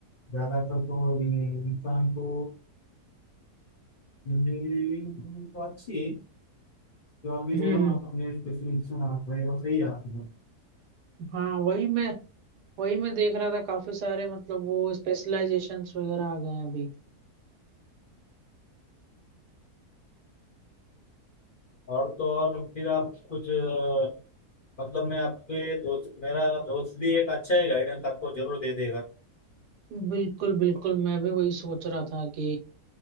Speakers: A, on the left; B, on the right.
A: ज़्यादातर तो ये इंसान को इंजीनियरिंग तो अच्छी है जो आप भी
B: हम्म
A: बोला
B: हम्म।
A: ना, आपने स्पेशलिस्टेशन आ रहे हो सही है आपने
B: हाँ वही मैं वही मैं देख रहा था काफी सारे मतलब वो स्पेशलाइजेशंस वगैरह आ गए हैं अभी
A: और तो और फिर आप कुछ अ, मतलब मैं आपके दोस्त मेरा दोस्त भी एक अच्छा है गाइडेंस आपको जरूर दे देगा
B: बिल्कुल बिल्कुल मैं भी वही सोच रहा था कि